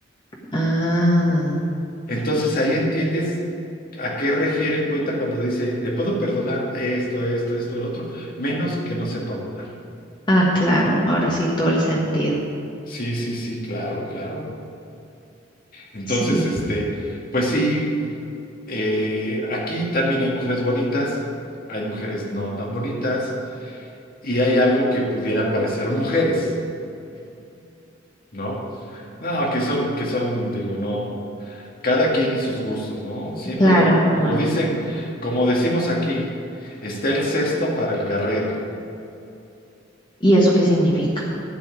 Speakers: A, on the left; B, on the left.
A: Ah,
B: Entonces ahí entiendes a qué refiere el poeta cuando dice, le puedo perdonar esto, esto, esto, el otro, menos que no sepa volar.
A: ah, claro, ahora sí, todo el sentido.
B: Sí, sí, sí, claro, claro. Entonces,
A: Sí,
B: este, pues sí, eh, aquí también hay mujeres bonitas, hay mujeres no tan bonitas y hay algo que pudieran parecer mujeres, ¿no? No, que son, que son, digo, no. Cada quien y sus gustos, ¿no? Siempre,
A: claro, ajá.
B: como dicen, como decimos aquí, está el cesto para el garrero,
A: ¿Y eso qué significa?